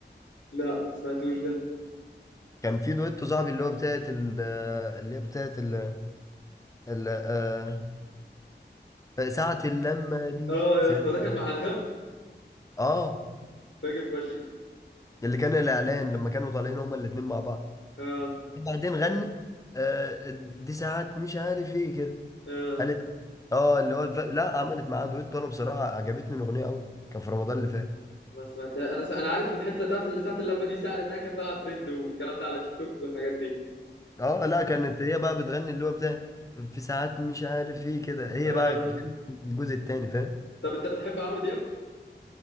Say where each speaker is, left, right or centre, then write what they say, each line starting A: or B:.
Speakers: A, on the left; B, on the left.
A: لا ما سمعتوش ده
B: كان في دويتو صاحبي اللي هو بتاعت ال- آه، اللي هي بتاعت ال- ال- آه، ساعة اللمة دي
A: اه يا
B: ساعة
A: اسطى ده كان مع انغام
B: اه
A: فاجر فشخ
B: اللي كان الاعلان لما كانوا طالعين هما الاتنين مع بعض
A: اه
B: بعدين غنت آه دي ساعات مش عارف ايه كده
A: اه
B: قالت اه اللي هو ف... لا عملت معاه دويتو انا بصراحه عجبتني الاغنيه قوي كان في رمضان اللي فات
A: ما سمعتها انا س... انا عارف الحته بتاعت اللي ساعه اللمه دي ساعه لانها كانت طالعه ترند والكلام ده على تيك توك والحاجات دي
B: اه لا كانت هي بقى بتغني اللي هو بتاع في ساعات مش عارف ايه كده هي
A: آه...
B: بقى غنت الجزء التاني فاهم
A: طب انت بتحب عمرو دياب